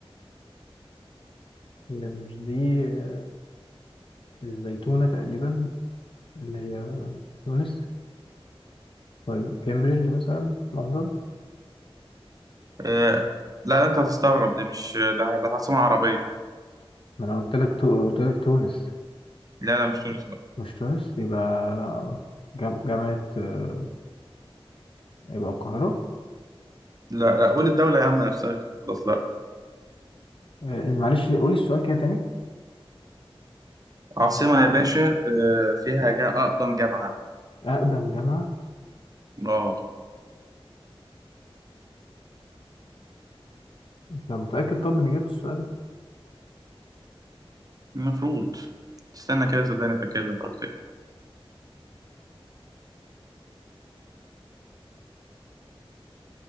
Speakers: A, on the left; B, on the right.
A: هي مش دي آه، الزيتونة تقريبا اللي هي تونس طيب كامبريدج مثلا لندن
B: آه لا لا، انت هتستغرب دي مش ده ده عاصمة عربية
A: ما انا قلت لك تو... قلت لك تونس
B: لا لا مش تونس لا
A: مش تونس يبقى جام- جامعة آه، يبقى القاهرة
B: لا لا، قول الدولة يا عم نفسها كده خلاص لا
A: آه، معلش قولي السؤال كده تاني
B: عاصمة يا باشا آه فيها جا أقدم جامعة
A: أقدم جامعة
B: اه
A: أنت متأكد طب من إجابة السؤال
B: المفروض استنى كده صدقني اتأكد لك أكتر